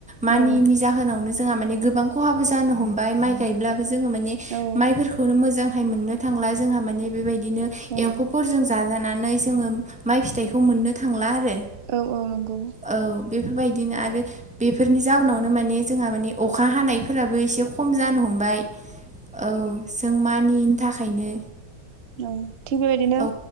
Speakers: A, in the centre; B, on the right.
A: मानियिनि
B: औ
A: जाहोनावनो जोंहा माने गोबां खहाबो जानो हमबाय माइ गायब्लाबो जोङो माने
B: औ
A: माइफोरखौनो मोजांहाय मोननो थांला जोंहा माने बेबायदिनो
B: औ
A: एम्फौफोरजों जाजानानै जोङो माइ फिथाइखौ मोननो थांला आरो।
B: औ औ नंगौ।
A: औ बेफोरबायदिनो आरो बेफोरनि जाउनावनो माने जोंहा माने अखा हानायफोराबो एसे ख खम जानो हमबाय औ जों मानियिनि थाखायनो
B: औ थिग बेबायदिनो
A: औ